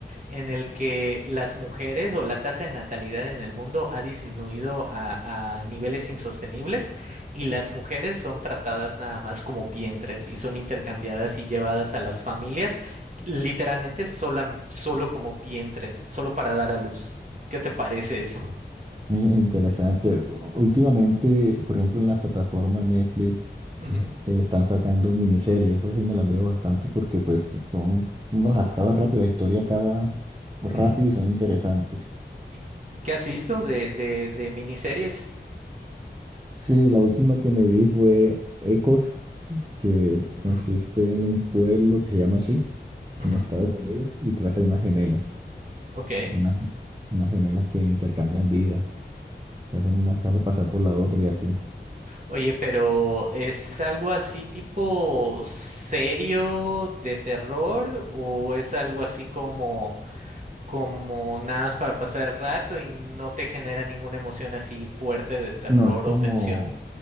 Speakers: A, on the right; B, on the right.
A: en el que las mujeres o la tasa de natalidad en el mundo ha disminuido a, a niveles insostenibles y las mujeres son tratadas nada más como vientres y son intercambiadas y llevadas a las familias literalmente sola- solo como vientres, solo para dar a luz. ¿Qué te parece eso? <laughs>
B: Eh, Interesante. Últimamente, por ejemplo, en la plataforma Netflix.
A: Ujú,
B: eh, están sacando miniseries, esas sí me las veo bastante porque pues son, uno las
A: cu-
B: acaba rápido, la historia acaba rápido
A: ujú.
B: y son interesantes.
A: ¿Y ¿Qué has visto de, de, de miniseries?
B: Sí, la última que me vi fue Ecos, que consiste
A: Ujú,
B: en un pueblo que se llama así,
A: ujú,
B: en Estados Unidos, y trata de unas gemelas,
A: Ok.
B: unas, unas gemelas que intercambian vida, se hacen una, se hace pasar por la otra y así.
A: Oye, pero ¿es algo así tipo serio de terror o es algo así como como nada más para pasar el rato y no te genera ninguna emoción así fuerte de terror
B: No es como,
A: o tensión?